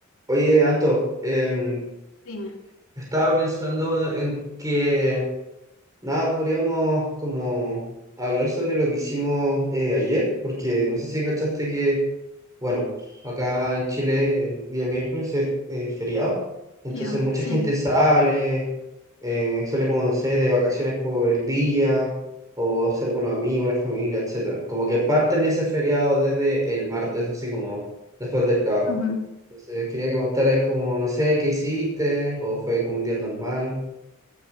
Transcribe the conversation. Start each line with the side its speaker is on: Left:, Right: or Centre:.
Right: Oye, Anto, em,
Left: Dime,
Right: estaba pensando en que Nada, podríamos como hablar sobre lo que hicimos eh, ayer, porque no sé si cachaste que, bueno, acá en Chile el día miércoles es eh, feriado, entonces
Left: yo,
Right: mucha
Left: sí.
Right: gente sale, eh, sale como, no sé, de vacaciones por el día, o sale con los amigos, la familia, etcétera. Como que parten ese feriado desde el martes, así como después del trabajo.
Left: ujú.
Right: Entonces quería que contaras como, no sé, qué hiciste, o fue como un día normal.